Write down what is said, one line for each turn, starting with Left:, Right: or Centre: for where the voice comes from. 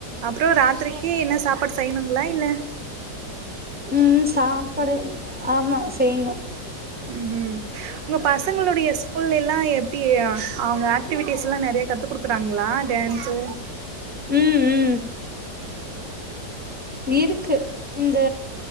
Right: அப்றொ ராத்ரிக்கு என்ன சாப்பாடு செய்ணுங்ளா இல்ல
Centre: உம் சாப்பாடு ஆமா செய்ணு
Right: ம்ஹும் உங்க பசங்களுடைய ஸ்கூல்லைல்லா எப்டி அவங்க ஆக்டிவிட்டிஸ்ஸுலா நெறையா கத்து குடுக்குறாங்ளா டேன்ஸு
Centre: உம் உம் இருக்கு இந்த